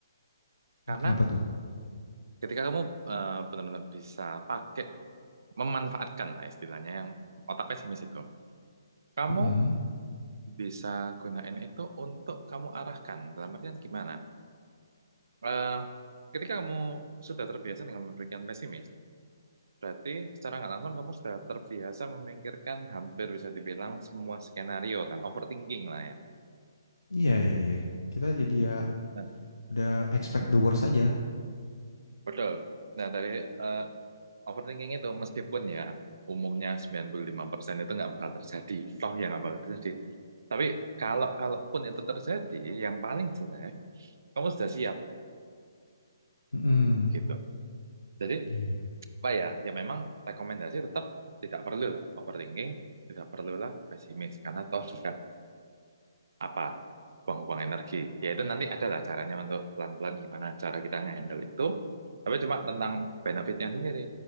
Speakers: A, on the right; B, on the left.
A: Karena
B: Kenapa tuh?
A: ketika kamu eh, benar-benar bisa pakai, memanfaatkan lah istilahnya yang otak pesimis itu, kamu
B: Mm-mm.
A: bisa gunain itu untuk kamu arahkan. Dalam artian gimana? Eh, ketika kamu sudah terbiasa dengan memberikan pesimis, berarti secara nggak langsung kamu sudah terbiasa memikirkan hampir bisa dibilang semua skenario kan, overthinking lah ya.
B: Iya iya iya. Kita jadi ya
A: Nah,
B: Udah expect
A: mm
B: the worst aja.
A: Betul. Nah, dari eh, overthinking itu meskipun ya umumnya 95% itu nggak bakal terjadi, toh yang nggak bakal terjadi. Tapi kalau kalaupun itu terjadi, yang paling jelek, kamu sudah siap
B: Mhm,
A: gitu. Jadi,
B: iya iya,
A: apa ya? Ya memang rekomendasi tetap tidak perlu lah overthinking, tidak perlulah pesimis karena toh juga apa buang-buang energi ya itu nanti ada lah caranya untuk pelan-pelan gimana cara kita nge-handle itu tapi cuma tentang benefitnya sendiri